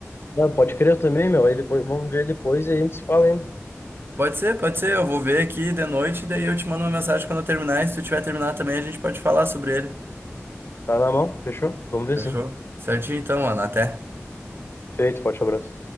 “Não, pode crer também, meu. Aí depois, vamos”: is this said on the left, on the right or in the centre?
Left